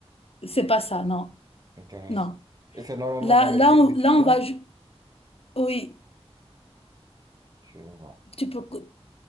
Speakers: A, on the left; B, on the right.
A: c'est pas ça, non,
B: Intéressant.
A: non.
B: Et c'est normalement
A: Là,
B: dans les
A: là,
B: villes
A: on,
B: étudiantes?
A: là, on va... ju- Oui,
B: Je vois.
A: tu peux... co-